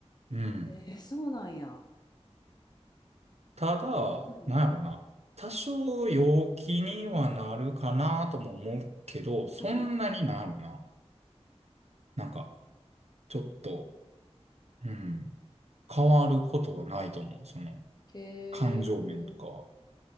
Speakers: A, on the right (about 70°); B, on the left (about 35°).
A: うん。
B: えーそうなんや。
A: ただ、
B: うん。
A: なんやろな。多少陽気にはなるかなとも思うけど、そんなになんやろな。
B: うん。
A: なんか、ちょっと、うん。変わることはないと思う。
B: うん
A: その、
B: へえ。
A: 感情面とかは。